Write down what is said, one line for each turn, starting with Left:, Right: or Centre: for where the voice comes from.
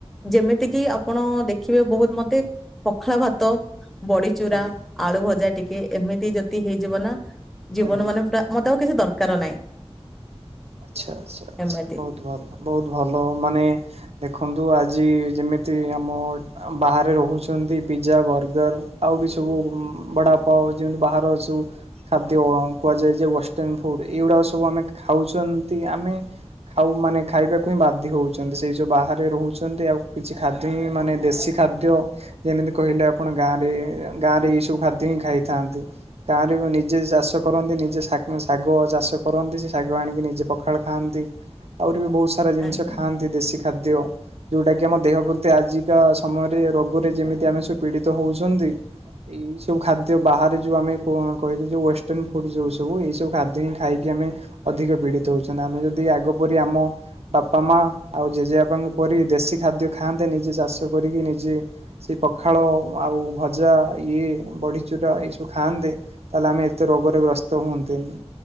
Centre: ଯେମିତି କିି ଆପଣ ଦେଖିବେ ବହୁତ ମତେ ପଖାଳ ଭାତ ବଡିଚୁରା
Right: ଆଜ୍ଞା
Centre: ଆଳୁ ଭଜା ଟିକେ ଏମିତି ଯଦି ହେଇଯିବ ନା ଜୀବନ
Right: ଆଜ୍ଞା
Centre: ମାନେ ପୁରା। ମତେ ଆଉ କିଛି ଦରକାର ନାହିଁ।
Right: ଆଚ୍ଛା ଆଚ୍ଛା ଆଛା
Centre: ଏମିତି
Right: ବହୁତ ଭଲ ବହୁତ ଭଲ ମାନେ ଦେଖନ୍ତୁ ଆଜି ଯେମିତି ଆମ ବାହାରେ ରହୁଛନ୍ତି ପିଜା ବର୍ଗର ଆଉ ବି ସବୁ ବଡ଼ାପ ଯେମିତି ବାହହାର ଅ ସୁ। ଖାଦ୍ୟ କୁହାଯାଏ ଯେ ୱେଷ୍ଟର୍ଣ ଫୁଡ ଏଇଗୁଡା ସବୁ ଆମେ ଖାଉଛନ୍ତି ଆମେ ଆଉ ମାନେ ଖାଇବାକୁ ହିଁ ବାଧ୍ୟ ହଉଛନ୍ତି ସେଇ ଯଉ ବାହାରେ ରହୁଛନ୍ତି ଆଉ କିଛି ଖାଦ୍ୟ ହିଁ ମାନେ ଦେଶୀ ଖାଦ୍ୟ ଯେମିତି କହିଲେ ଆପଣ ଗାଁ ରେ ଗାଁ ରେ ଏଇ ସବୁ ଖାଦ୍ୟ ହିଁ ଖାଇଥାନ୍ତି। ଗାଁ ରେ ନିଜେ ଚାଷ କରନ୍ତି ନିଜେ ଶାଗ ଚାଷ କରନ୍ତି ସେ ଶାଗ ଆଣିକି ନିଜେ ପଖାଳ ଖାଆନ୍ତି ଆହୁରି ବି ବହୁତ ସାରା ଜିନିଷ
Centre: ଆଜ୍ଞା
Right: ଖାଆନ୍ତି ଦେଶୀ ଖାଦ୍ୟ ଯୋଉଟା କି ଆମ ଦେହ ପ୍ରତି ଆଜିକା ସମୟରେ ରୋଗରେ ଯେମିତି ଆମେ ସବୁ ପୀଡିତ ହଉଛନ୍ତି। ଏଇ ସବୁ ଖାଦ୍ୟ ବାହାରେ ଯୋଉ ଆମେ କ କହିଲେ ଯୋଉ ୱଷ୍ଟର୍ଣ ଫୁଡ ଯୋଉ ସବୁ ଏଇ ସବୁ ଖାଦ୍ୟ ହିଁ ଖାଇକି ଆମେ ଅଧିକ ପୀଡିତ ହଉଛନ୍ତି ଆମେ ଯଦି ଆଗ ପରି ଆମ ବାପା ମା ଆଉ ଜେଜେ ବାପା ଙ୍କ ପରି ଦେଶୀ ଖାଦ୍ୟ ଖାଆନ୍ତେ ନିଜେ ଚାଷ କରିକି ନିଜେ ସେ ପଖାଳ ଆଉ ଭଜା ଇଏ ବଢିଚୁରୁରା ଏଇ ସବୁ ଖାଆନ୍ତେ ତାହେଲେ ଆମେ ଏତେ ରୋଗରେ ଗ୍ରସ୍ତ ହୁଅନ୍ତେନି